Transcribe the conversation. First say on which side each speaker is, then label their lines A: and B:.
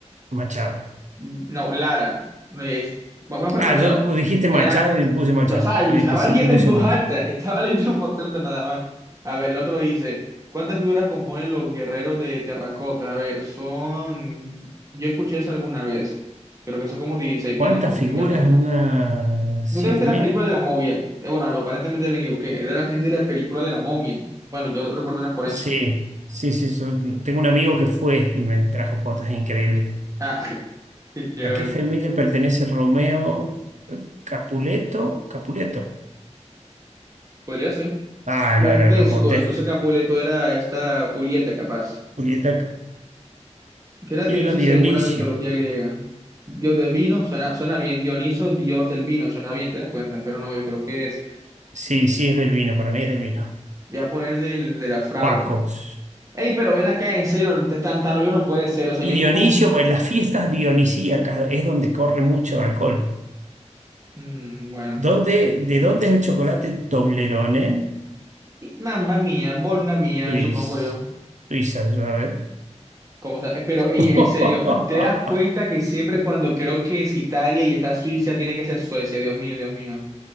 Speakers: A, on the right; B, on the right.
A: Machado.
B: No, Lara. no Es, vamos por
A: Ah,
B: Machado.
A: yo dijiste
B: Era.
A: Machado y puse Machado.
B: No, o sea, yo
A: Creí,
B: estaba
A: te sentí
B: leyendo
A: muy
B: en
A: seguro.
B: voz alta. Estaba leyendo en voz alta nada más. A ver, el otro dice: ¿Cuántas figuras componen los guerreros de terracota? A ver, son. Yo escuché eso alguna vez. Creo que son como 16.000
A: ¿Cuántas
B: específicamente.
A: figuras? ¿Unas
B: ¿Tú
A: siete
B: te viste la
A: mil.
B: película de la momia? Eh, bueno, aparentemente me equivoqué. Era la gente de la película de la momia. Bueno, yo recuerdo las por
A: Sí,
B: eso.
A: sí, sí. son- Tengo un amigo que fue y me trajo fotos increíbles.
B: Ah, <laughs> qué qué chévere.
A: ¿A qué familia pertenece Romeo Capuleto? Capuleto.
B: Podría ser.
A: Ah,
B: Montesco,
A: no, eran los Montesco.
B: entonces Capuleto era esta Julieta, capaz.
A: Julieta.
B: que era
A: ¿Quién
B: Dioniso
A: era Dionisio?
B: según la mitología griega. Dios del vino suena, suena bien. Dioniso, dios del vino, suena bien, ¿te das cuenta? Pero no, yo creo que es.
A: Sí, sí, es del vino, para mí es del vino.
B: Voy a poner del, de la fragua.
A: Bacos.
B: Ey, pero ven acá, en serio, tan, tan tan obvio no puede ser. O sea,
A: Y
B: yo
A: Dionisio,
B: escojo.
A: pues las fiestas dionisíacas es donde corre mucho alcohol.
B: mm, bueno.
A: ¿Dónde, de dónde es el chocolate Toblerone?
B: Y Mamma mía, borna mía,
A: Suiz-
B: supongo yo.
A: Suiza, a ver.
B: Como, sea, pero,
A: <laughs>
B: ey, en serio, ¿te das cuenta que siempre cuando creo que es Italia y está Suiza, tiene que ser Suecia? Dios mío, Dios mío.